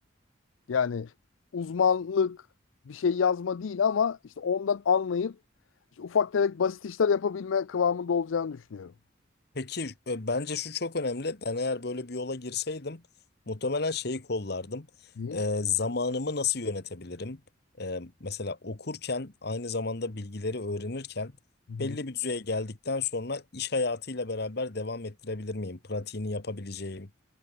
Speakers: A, on the left; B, on the left.
A: Yani uzmanlık bir şey yazma değil ama işte ondan anlayıp işte ufak tefek basit işler yapabilme kıvamında olacağını düşünüyorum.
B: Peki e, bence şu çok önemli. Ben eğer böyle bir yola girseydim muhtemelen şeyi kollardım.
A: İyi.
B: E, zamanımı nasıl yönetebilirim? E, mesela okurken aynı zamanda bilgileri öğrenirken
A: Hı hı.
B: belli bir düzeye geldikten sonra iş hayatıyla beraber devam ettirebilir miyim? Pratiğini yapabileceğim.